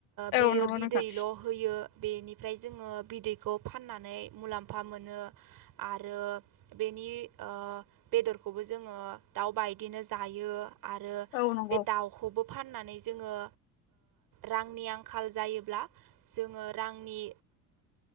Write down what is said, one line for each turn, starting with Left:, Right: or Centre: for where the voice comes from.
Right: बेयो
Left: औ नंगौ
Right: बिदैल'
Left: नोंथां
Right: होयो बेनिफ्राय जोङो बिदैखौ फाननानै मुलाम्फा मोनो आरो बेनि बेदरखौबो जोङो दाउबायदिनो जायो आरो
Left: औ नंगौ
Right: बे दाउखौबो फाननानै जोङो रांनि आंखाल जायोब्ला जोङो रांनि